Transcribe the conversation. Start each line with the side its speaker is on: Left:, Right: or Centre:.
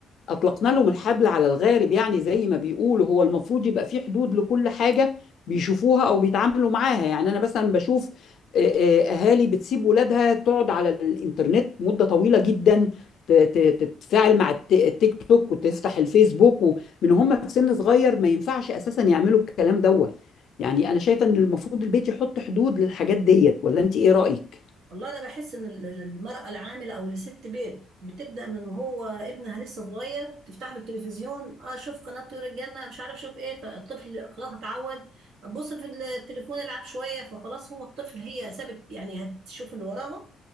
Left: اطلقنا لهم الحبل على الغارب يعني زي ما بيقولوا هو المفروض يبقى في حدود لكل حاجه بيشوفوها او بيتعاملوا معاها يعني انا مثلا بشوف آه، آه، اهالي بتسيب ولادها تقعد على الانترنت مده طويله جدا ت- ت- تتفاعل مع الت- التيك توك وتفتح الفيسبوك ومن هم في سن صغير ما ينفعش اساسا يعملوا الكلام دوت يعني انا شايفه ان المفروض البيت يحط حدود للحاجات ديت ولا انت ايه رايك
Right: والله انا بحس ان ال- ال- المراه العامله او لست بيت بتبدا من وهو ابنها لسه صغير تفتح له التلفزيون اه شوف قناه طيور الجنه مش عارف شوف ايه فالطفل خلاص اتعود بص في التليفون يلعب شويه فخلاص هو الطفل هي سابت يعني هتشوف اللي وراها